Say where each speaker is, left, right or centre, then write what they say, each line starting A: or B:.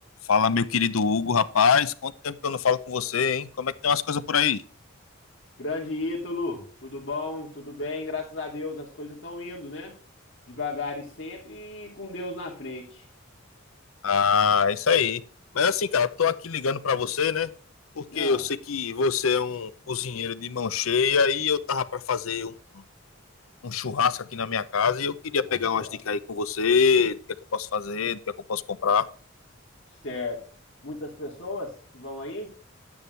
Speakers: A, on the left; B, on the left.
A: Fala, meu querido Hugo, rapaz, quanto tempo que eu não falo com você, hein? Como é que tem umas coisas por aí?
B: Grande Ítalo, tudo bom? Tudo bem? Graças a Deus, as coisas estão indo, né? Devagar e sempre e com Deus na frente.
A: Ah, é isso aí. Mas assim, cara, tô aqui ligando pra você, né? Porque
B: Ah,
A: eu sei que você é um cozinheiro de mão cheia e eu tava pra fazer um, um churrasco aqui na minha casa e eu queria pegar
B: Opa.
A: umas dicas aí com você, do que é que eu posso fazer, do que é que eu posso comprar.
B: certo. Muitas pessoas que vão aí?